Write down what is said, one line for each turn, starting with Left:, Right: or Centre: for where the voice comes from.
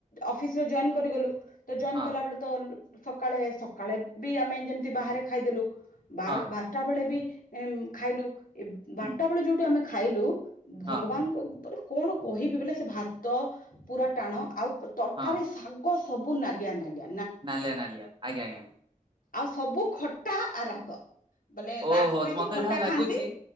Left: ଅଫିସରେ ଜଏନ୍ କରିଗଲୁ ତ ଜଏନ୍
Right: ହଁ।
Left: କଲା ବେଳେ ତଲୋ ସକାଳେ ସକାଳେ ବି ଆମେ ଯେମିତି ବାହାରେ ଖାଇଦେଲୁ ବାର
Right: ହଁ
Left: ବାରଟା ବେଳେ ବି ଏମ ଖାଇଲୁ ଏ ବାରଟା
Right: ହୁଁ
Left: ବେଳେ ଯୋଉଠୁ ଆମେ ଖାଇଲୁ ଭଗବାନଙ୍କ
Right: ହଁ
Left: କଣ କହିବି ବୋଇଲେ ସେ ଭାତ ପୁରା ଟାଣ ଆଉ ତରକାରୀ
Right: ହଁ
Left: ଶ୍ ଶାଗ ସବୁ ନାଲିଆ ନାଲିଆ।
Right: ନାଲିଆ ନାଲିଆ ଆଜ୍ଞା ଆଜ୍ଞା।
Left: ଆଉ ସବୁ ଖଟା ଆଉ ରାଗ। ବୋଲେ
Right: ଓହୋଃ
Left: ରା ବେଶୀ
Right: ମୋତେ
Left: ଖଟା
Right: ଯାହା ଲାଗୁଛି
Left: ଖାଆନ୍ତି